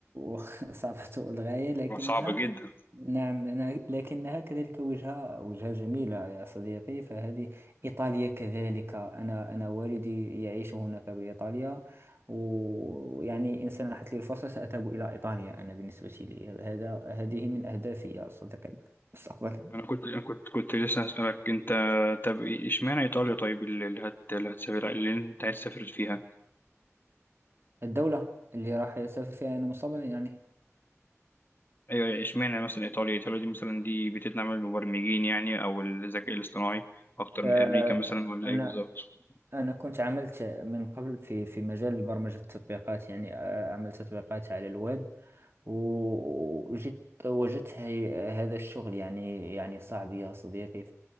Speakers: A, on the right; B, on the left.
A: <laughs> صعبة للغاية لكنها
B: آه. صعبة جدا
A: نعم نا- لكنها كذلك وجهة وجهة جميلة يا صديقي فهذه إيطاليا كذلك أنا أنا والدي يعيش هناك بإيطاليا ويعني إن سنحت لي الفرصة سأذهب إلى إيطاليا أنا بالنسبة لي هذا هذه من أهدافي يا صديقي مستقبلا
B: انا كنت أنا كنت كنت لسه هسألك انت طب إيه- اشمعنى ايطاليا طيب اللي اللي هت اللي هتسافر اللي انت عايز تسافر فيها
A: الدولة اللي راح أسافر فيها أنا مستقبلا يعني
B: ايوه اشمعنى مثلا ايطاليا ايطاليا دي مثلا دي بتدعم المبرمجين يعني او الذكاء الاصطناعي اكتر من
A: آه،
B: امريكا مثلا ولا
A: أنا
B: ايه بالظبط
A: أنا كنت عملت من قبل في في مجال برمجة التطبيقات يعني آه، عملت تطبيقات على الويب و- وجيت وجدت هي- هذا الشغل يعني يعني صعب يا صديقي